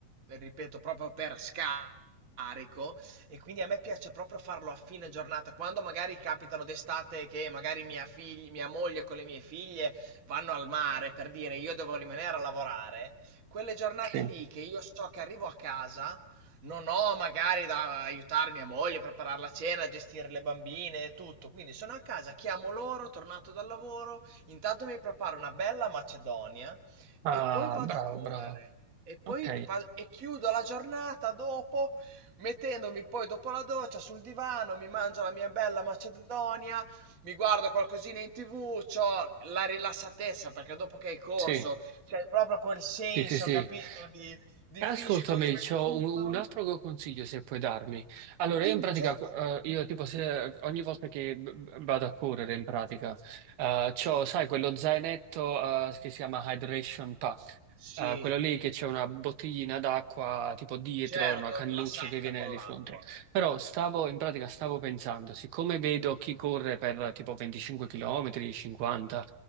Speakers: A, on the right; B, on the right.
A: ripeto, proprio per scarico e quindi a me piace proprio farlo a fine giornata, quando magari capitano d'estate che magari mia, figli- mia moglie con le mie figlie vanno al mare per dire io devo rimanere a lavorare, quelle giornate
B: Sì.
A: lì che io so che arrivo a casa, non ho magari da aiutare mia moglie, a preparare la cena, a gestire le bambine e tutto, quindi sono a casa, chiamo loro, tornato dal lavoro Intanto mi preparo una bella macedonia
B: Ah,
A: e poi vado
B: bravo,
A: a correre.
B: bravo.
A: E poi
B: Ok,
A: va- e chiudo la giornata dopo, mettendomi poi dopo la doccia sul divano, mi mangio la mia bella macedonia, mi guardo qualcosina in TV, c'ho la rilassatezza perché dopo che hai corso
B: sì,
A: c'è proprio quel senso,
B: sì, sì, sì.
A: capito, di, di
B: Ascoltami,
A: fisico recupero.
B: c'ho un, un altro consiglio se puoi darmi. Allora,
A: Dimmi,
B: io in pratica,
A: certo.
B: eh, io tipo se ogni volta che v- vado a correre in pratica, eh, c'ho,
A: Sì,
B: sai, quello zainetto, eh, che si chiama Hydration Pack,
A: sì,
B: Eh, quello lì che c'è una bottiglina d'acqua tipo dietro
A: certo,
B: e una cannuccia
A: la sacca
B: che viene
A: con
B: di
A: l'acqua.
B: fronte. Però stavo, in pratica stavo pensando, siccome vedo chi corre per tipo 25 km, 50,